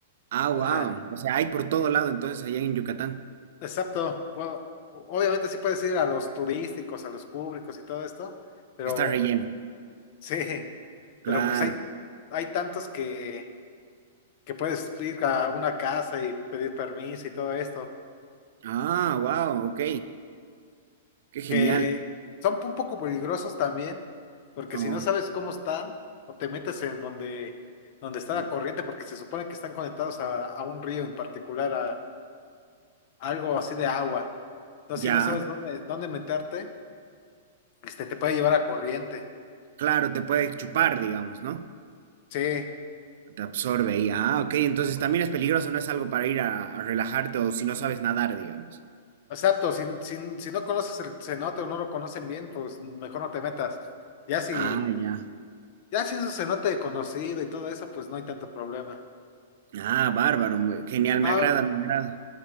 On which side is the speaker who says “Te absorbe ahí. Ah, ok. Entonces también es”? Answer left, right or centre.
Right